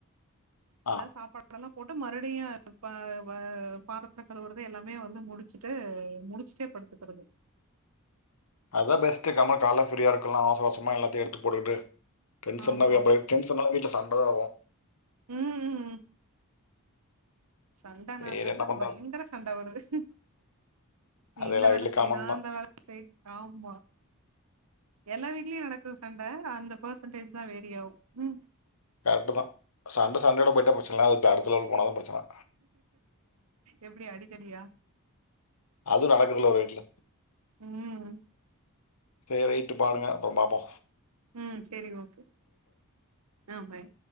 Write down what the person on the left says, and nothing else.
ஆ
அதான் பெஸ்ட்டு கம்முனு கால்ல ஃப்ரீயா இருக்கலாம் அவசர அவசரமா எல்லாத்தையு எடுத்துப் போட்டுக்கிட்டு டென்ஷன்தான்
வீட்ல டென்ஷனானா வீட்ல சண்டதான் ஆவும்
சரி
என்ன பண்ணுறது
அது
எல்லாம்
வீட்டில்
காமன்
தான்
கரெட்டுதா சண்ட சண்டயோட போய்ட்டா பிரச்சன இல்ல அது அடுத்த லெவலுக்கு போனாதா பிரச்சன
அது நடக்குதுல்ல வீட்ல
சேரி ரைட்டு பாருங்க அப்றோம் பாப்போ